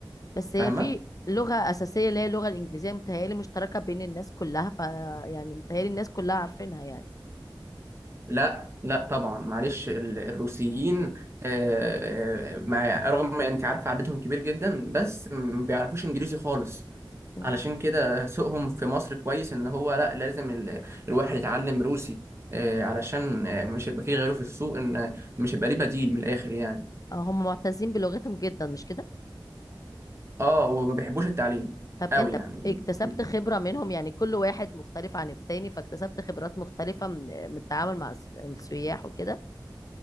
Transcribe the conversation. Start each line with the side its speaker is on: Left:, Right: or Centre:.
Left: بس
Right: فاهمه
Left: هي في لغة أساسية اللي هي اللغة الإنجليزية متهيألي مشتركة بين الناس كلها ف يعني متهيألي الناس كلها عارفينها يعني
Right: لا لا طبعا معلش ال- الروسيين آه، آه، مع رغم ما انت عارف عددهم كبير جدا بس ما بيعرفوش انجليزي خالص
Left: مم.
Right: علشان كده سوقهم في مصر كويس ان هو لا لازم ال- الواحد يتعلم روسي آه، علشان آه، مش هيبقى فيه غيره في السوق ان مش هيبقى ليه بديل من الاخر يعني
Left: آه، هم معتزين بلغتهم جدا مش كده
Right: اه وما بيحبوش التعليم
Left: طب
Right: قوي
Left: انت
Right: يعني
Left: اكتسبت
Right: م-
Left: خبرة منهم يعني كل واحد مختلف عن التاني فاكتسبت خبرات مختلفة من من التعامل مع الس- السياح وكده